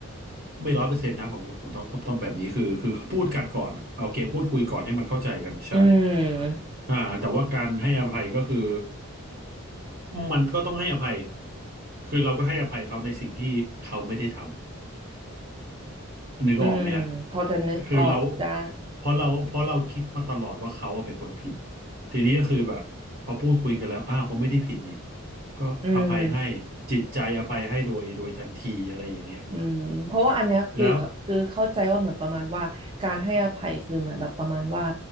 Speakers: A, on the right; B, on the right.
A: ไม่ร้อยเปอร์เซ็นต์นะผมผมต้องต้องแบบนี้คือคือพูดกันก่อนอะโอเคพูดคุยก่อนให้มันเข้าใจกันอะใช่
B: อืม
A: อ่าแต่ว่าการให้อภัยก็คือมันก็ต้องให้อภัยคือเราก็ให้อภัยเขาในสิ่งที่เขาไม่ได้ทำ นึกออกไหมฮะ
B: อืมพอจะนึกออกได้
A: คือเราเพราะเราเพราะเราคิดมาตลอดว่าเขาอะเป็นคนผิด ทีนี้ก็คือแบบพอพูดคุยกันแล้วอ้าวเขาไม่ได้ผิดนี่ ก็อภัยให้
B: อืม
A: จิตใจอภัยให้โดยโดยทันทีอะไรอย่างเงี้ย
B: อืมเพราะว่าอันเนี้ยคือคือเข้าใจว่าเหมือนประมาณว่าการให้อภัยคือเหมือนแบบประมาณว่า
A: แล้ว